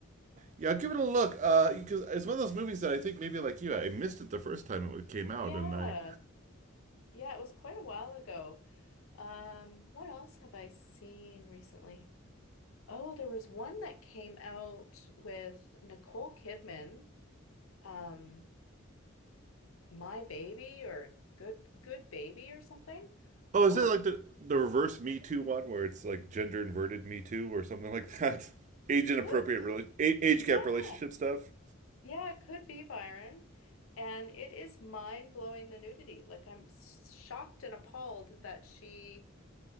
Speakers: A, on the right; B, on the left.
A: Yeah, give it a look. Uh, because uh, it's one of those movies that I think maybe like you, I missed it the first time it came out,
B: Yeah.
A: and I
B: Yeah, it was quite a while ago. Um, what else have I seen recently? Oh, there was one that came out with Nicole Kidman. Um, My Baby or Good Good Baby or something.
A: oh, is
B: Ooh,
A: it like the the reverse Me Too one where it's like gender inverted Me Too or something like that? <laughs> Age inappropriate,
B: could
A: really age
B: yeah.
A: gap relationship stuff.
B: Yeah, it could be Byron. And it is mind-blowing the nudity. Like I'm shocked and appalled that she